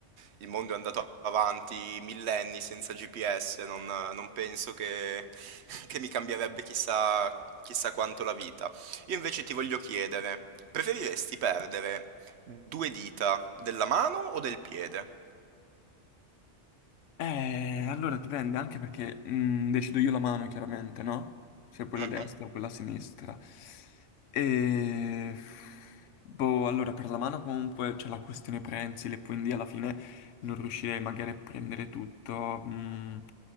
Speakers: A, on the right; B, on the left.
A: il mondo è andato avanti millenni senza GPS, non, non penso che, <laughs> che mi cambierebbe chissà, chissà quanto la vita. Io invece ti voglio chiedere, preferiresti perdere Due dita, della mano o del piede?
B: Eh, allora dipende anche perché mh, decido io la mano, chiaramente, no? Se quella
A: Mh-mh.
B: destra o quella sinistra. E... Boh, allora per la mano comunque c'è la questione prensile, quindi alla fine non riuscirei magari a prendere tutto. mh,